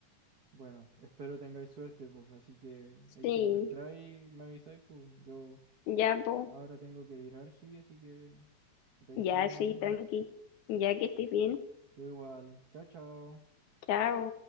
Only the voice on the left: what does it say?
Sí,
ya, po,
ya,
sí,
tranqui. Ya que estés bien.
Chao.